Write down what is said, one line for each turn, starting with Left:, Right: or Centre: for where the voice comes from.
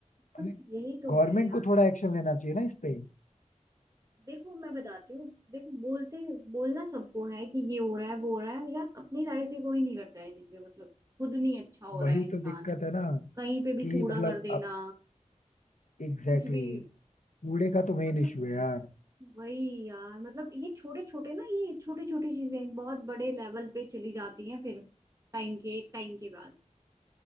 Right: बस
Left: अभी
Right: यही तो
Left: गवर्नमेंट
Right: है यार
Left: को थोड़ा एक्शन लेना चाहिए ना इस पे
Right: देखो मैं बताती हूँ देखो बोलते बोलना सबको है कि ये हो रहा है वो हो रहा है यार अपनी साइड से कोई नहीं करता है चीजें मतलब खुद नहीं अच्छा हो रहा
Left: वही
Right: है इंसान
Left: तो दिक्कत है ना
Right: कहीं पे
Left: कि
Right: भी कूड़ा
Left: मतलब
Right: कर देना
Left: अब एग्जैक्टली
Right: कुछ भी
Left: exactly, कूड़े का तो मेन
Right: मतलब
Left: इशू है यार
Right: वही यार मतलब ये छोटे छोटे ना ये छोटी छोटी चीजें बहुत बड़े लेवल पे चली जाती हैं फिर टाइम के टाइम के बाद